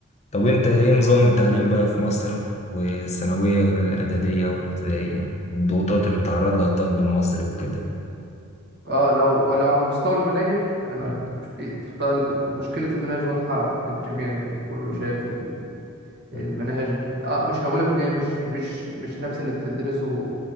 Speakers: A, on the left (about 30°); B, on the right (about 50°).
A: طب وانت ايه نظام التعليم بقى في مصر والثانوية والإعدادية والابتدائية والضغوطات اللي بيتعرض لها الطالب المصري وكده
B: اه لو لو على مستوى المناهج انا
A: مم.
B: في فمشكلة المناهج واضحة للجميع يعني كله شايف
A: مم.
B: ال-
A: مم.
B: المناهج اه مش هقولك ان هي مش مش مش نفس اللي بتدرسه